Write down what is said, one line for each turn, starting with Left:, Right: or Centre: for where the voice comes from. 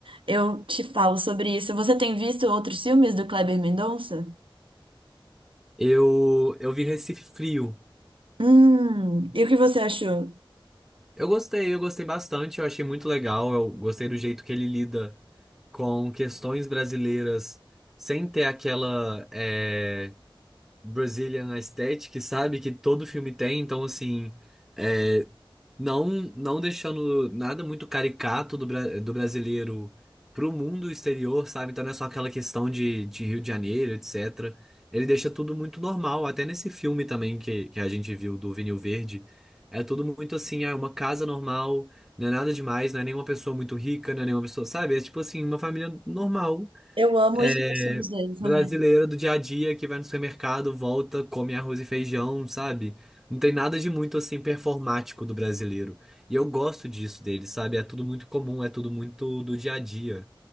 Right: eu te falo sobre isso. Você tem visto outros filmes do Kleber Mendonça?
Centre: Eu, eu vi Recife Frio.
Right: Hum, e o que você achou?
Centre: Eu gostei, eu gostei bastante, eu achei muito legal, eu gostei do jeito que ele lida com questões brasileiras sem ter aquela é, Brazilian aesthetic, sabe? Que todo filme tem, então assim, é, não não deixando nada muito caricato do, bra- do brasileiro pro mundo exterior, sabe? Então não é só aquela questão de, de Rio de Janeiro, etc. Ele deixa tudo muito normal, até nesse filme também que, que a gente viu do Vinil Verde. É tudo muito assim, é uma casa normal, não é nada demais, não é nenhuma pessoa muito rica, não é nenhuma pessoa, sabe? É tipo assim, uma família normal,
Right: Eu amo
Centre: é,
Right: isso nos filmes dele
Centre: brasileira
Right: também.
Centre: do dia a dia que vai no supermercado, volta, come arroz e feijão, sabe? Não tem nada de muito assim performático do brasileiro. E eu gosto disso dele, sabe? É tudo muito comum, é tudo muito do dia a dia.